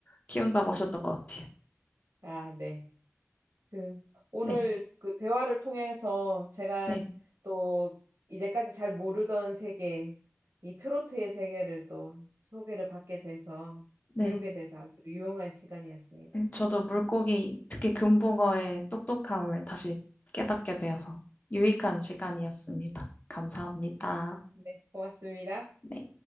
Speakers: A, on the left; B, on the right.
A: 키운다고 하셨던 것 같아요.
B: 아, 네. 그, 오늘
A: 네,
B: 그 대화를 통해서 제가
A: 네,
B: 또 이제까지 잘 모르던 세계, 이 트로트의 세계를 또 소개를 받게 돼서,
A: 네.
B: 배우게 돼서 아주 유용한 시간이었습니다.
A: 네, 저도 물고기, 특히 금붕어의 똑똑함을 다시 깨닫게 되어서 유익한 시간이었습니다. 감사합니다.
B: 네, 고맙습니다.
A: 네.